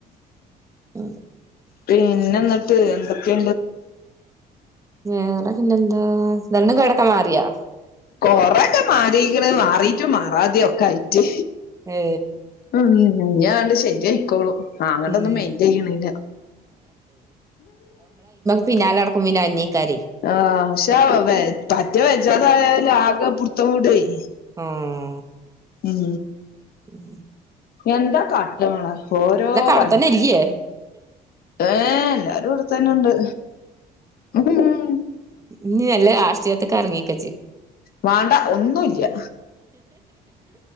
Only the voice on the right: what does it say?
ഉം
വേറെ പിന്നെ എന്താ ദണ്ണം കേടക്ക മാറ്യാ
ഏ്
ഉം
പിന്നാലടക്കും പിന്നെ അയ്‌ന്നെ കാര്യേ
ആഹ്
ഉം
അവ്ടെത്തന്നെ
ഇല്ല്യേ
ഇനി മെല്ലെ രാഷ്ട്രീയത്തിക്ക് എറങ്ങിക്കോ ഇജ്